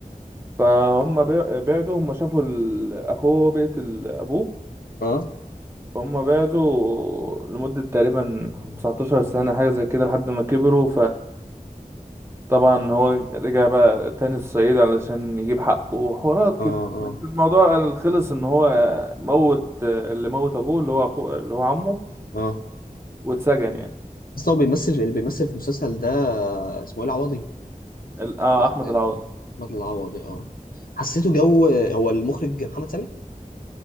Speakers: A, on the right; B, on the left.
A: فهم بع- بعدوا هم شافوا ال- اخوه بيقتل ابوه
B: اه
A: هما بعدوا لمدة تقريبا 19 سنة حاجة زي كده لحد ما كبروا فطبعا هو رجع بقى تاني الصعيد علشان يجيب حقه وحوارات كده
B: اه اه
A: بس الموضوع خلص ان هو موت اللي موت ابوه اللي هو اخوه اللي هو عمه
B: اه
A: واتسجن يعني
B: بس هو بيمثل اللي بيمثل في المسلسل ده اسمه ايه العوضي؟
A: ال- اه
B: راح
A: احمد
B: تاني
A: العوضي
B: احمد العوضي اه حسيته جو هو المخرج محمد سامي